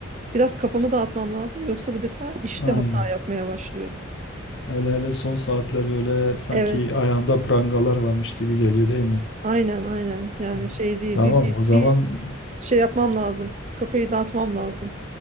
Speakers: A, on the right; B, on the left.
A: Biraz kafamı dağıtmam lazım. Yoksa bu defa işte
B: aynen.
A: hata yapmaya başlıyorum.
B: Hele hele son saatler böyle sanki
A: Evet.
B: ayağında prangalar varmış gibi geliyor değil mi?
A: Aynen aynen. Yani
B: Hı.
A: şey değil.
B: Tamam
A: Bir, bir,
B: o zaman
A: bir şey yapmam lazım. Kafayı dağıtmam lazım.